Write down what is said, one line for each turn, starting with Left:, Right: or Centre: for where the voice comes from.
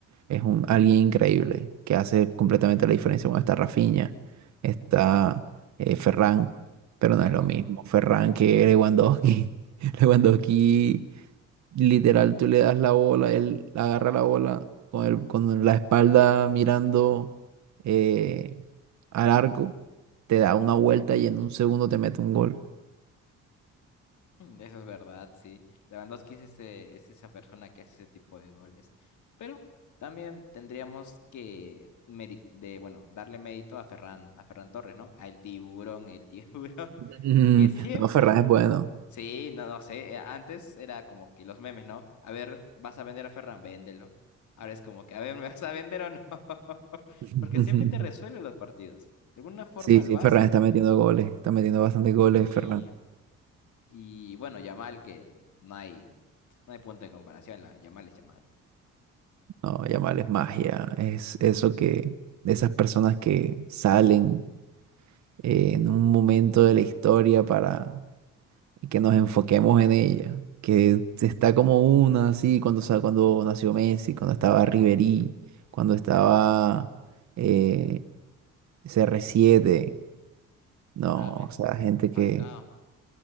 Right: es un, alguien increíble que hace completamente la diferencia. Bueno, está Rafinha, está eh, Ferran, pero no
Left: Claro.
Right: es lo mismo Ferran que Lewandowski. <laughs> Lewandowski, literal, tú le das la bola, él agarra la bola con, el, con la espalda mirando eh, al arco, te da una vuelta y en un segundo te mete un gol.
Left: Mm, Eso es verdad, sí. Lewandowski es ese, es esa persona que hace ese tipo de goles. Pero también tendríamos que meri- de, bueno, darle mérito a Ferran, a Ferran Torres, ¿no? Al tiburón, el tiburón, <laughs>
Right: <laughs> Mm,
Left: que siempre
Right: No, Ferran es bueno.
Left: Sí, no, no sé. eh, Antes era como que los memes, ¿no? A ver, ¿vas a vender a Ferran? Véndelo. Ahora es como que, a ver, <laughs> ¿me vas a vender o no? <laughs>
Right: <laughs>
Left: Porque siempre te resuelve los partidos. De alguna forma
Right: Sí,
Left: lo
Right: sí,
Left: hace.
Right: Ferran está metiendo goles, está metiendo bastantes goles,
Left: Sí.
Right: Ferran.
Left: Y bueno, Yamal, que no hay, no hay punto de comparación. La, Yamal es Yamal.
Right: No, llamarles magia. Es eso que, de esas personas que salen eh, en un momento de la historia para que nos enfoquemos en ella. Que está como una, así, cuando, sa- cuando nació Messi, cuando estaba Ribery, cuando estaba eh, CR7. No,
Left: James,
Right: o sea, gente
Left: Falcao.
Right: que